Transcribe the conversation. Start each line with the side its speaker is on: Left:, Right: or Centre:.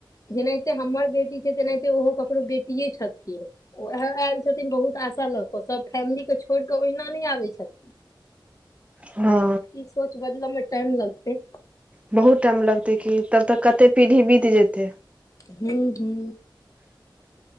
Left: जेनाहिते हमर बेटी छैय तेनाहिते ओहो ककरो बेटी। पे छथिन ओ आयल छथिन बहुत आशा लग ओ सभ फैमिलीके छोड़ि कऽ ओहिना नहि आबै छथिन।
Right: हँ
Left: ई सोच बदलऽ मे टाइम लगते।
Right: बहुत टाइम लगते की तब तऽ कते पीढ़ी बीत जेते।
Left: हूं हूं